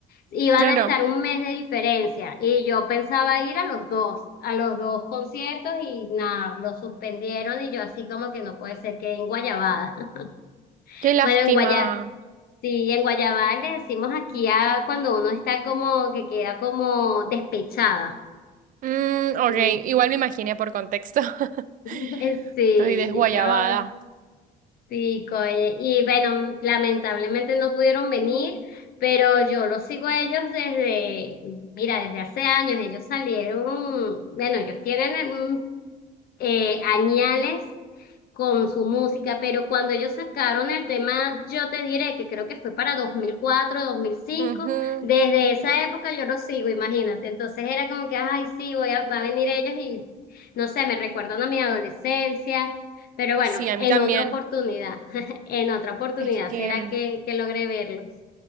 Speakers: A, on the left (about 65°); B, on the right (about 55°).
A: iban
B: claro,
A: a estar un mes de diferencia y yo pensaba ir a los dos, a los dos conciertos y nada, lo suspendieron y yo así como que no puede ser que en Guayabada, <laughs>
B: qué lástima.
A: bueno, en Guaya Sí, en Guayabal le decimos aquí a cuando uno está como que queda como despechada.
B: Mm, ok,
A: <laughs>
B: igual me imaginé por contexto. <laughs>
A: <laughs> Sí,
B: Estoy desguayabada.
A: yo sí, oye. Y bueno, lamentablemente no pudieron venir, pero yo los sigo a ellos desde, mira, desde hace años. Ellos salieron, bueno, ellos tienen mm, eh, añales con su música, pero cuando ellos sacaron el tema, yo te diré que creo que fue para dos dos mil cuatro, dos mil cinco.
B: Ujú.
A: desde esa época yo los sigo, imagínate. Entonces era como que, ay, sí, voy a, va a venir ellos y no sé, me recuerdan a mi adolescencia, pero bueno,
B: Sí, a
A: en
B: mí también.
A: otra oportunidad, <laughs> en otra oportunidad
B: Es que
A: será
B: mm,
A: que, que logré verlos.